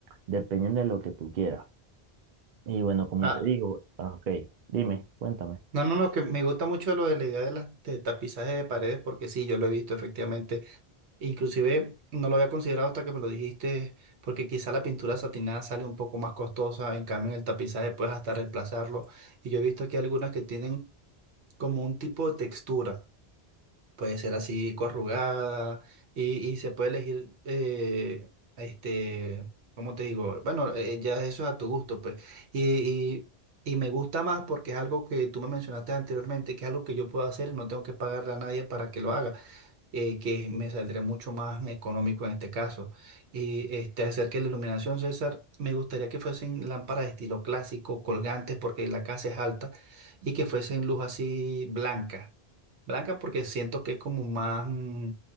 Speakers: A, on the right; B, on the right.
A: dependiendo de lo que tú quieras. Y bueno, como
B: Ah,
A: te digo, ah, ok, dime, cuéntame.
B: no, no, no, que me gusta mucho lo de la idea de las de tapizaje de paredes, porque sí, yo lo he visto efectivamente Inclusive no lo había considerado hasta que me lo dijiste, porque quizá la pintura satinada sale un poco más costosa, en cambio en el tapizaje puedes hasta reemplazarlo. Y yo he visto aquí algunas que tienen como un tipo de textura, puede ser así corrugada y, y se puede elegir, eh, este, ¿cómo te digo? Bueno, eh, ya eso es a tu gusto, pues. Y, y, y me gusta más porque es algo que tú me mencionaste anteriormente, que es algo que yo puedo hacer y no tengo que pagarle a nadie para que lo haga eh, que me saldría mucho más económico en este caso. Y este, acerca de la iluminación, César, me gustaría que fuesen lámparas de estilo clásico, colgantes, porque la casa es alta, y que fuesen luz así blanca. Blanca porque siento que es como más, mm,